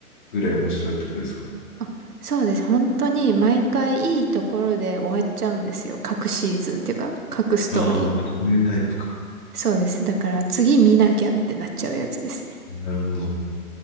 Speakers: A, on the left (about 30°); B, on the right (about 85°).
A: ぐらい面白いってことですか
B: あ、そうです。本当に、毎回いいところで終わっちゃうんですよ。各シーズンっていうか、各ストーリー。
A: ああー、そういうタイプか。
B: そうです。だから、次見なきゃってなっちゃうやつですね。
A: なるほど。